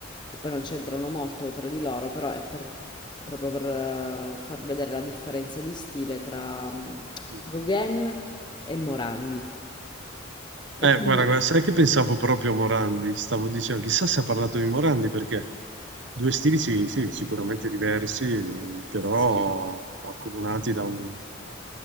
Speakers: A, on the left (about 20°); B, on the right (about 60°).
A: che poi non c'entrano molto tra di loro, però è per- proprio per eh, far vedere la differenza di stile tra mm,
B: mm.
A: Gauguin e Morandi. E
B: Eh,
A: quindi...
B: guarda, guarda, sai che pensavo proprio a Morandi? Stavo dicendo, chissà se ha parlato di Morandi perché due stili sì, sì, sicuramente diversi, però
A: Sì.
B: accomunati da un, no?